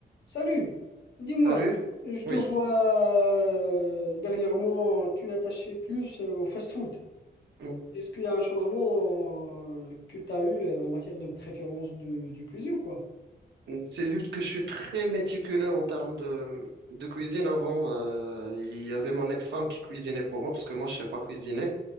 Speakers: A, on the left (about 75°); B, on the right (about 85°).
A: Salut, dis-moi,
B: T'as lu?
A: je te
B: Oui.
A: vois euh, dernièrement, tu es attaché plus euh, au fast-food.
B: Mm,
A: Est-ce qu'il y a un changement euh, que tu as eu euh, en matière de préférence de, de cuisine, quoi?
B: mm, C'est juste que je suis très méticuleux en termes de, de cuisine. Avant, euh, il y avait mon ex-femme qui cuisinait pour moi parce que moi, je sais pas cuisiner.